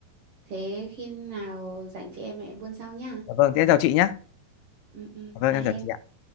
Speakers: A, on the right; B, on the left.
A: thế khi nào rảnh chị em mẹ buôn sau nha
B: vâng thế em chào chị nhé
A: ừ ừ
B: vâng
A: bye
B: em chào chị
A: em
B: ạ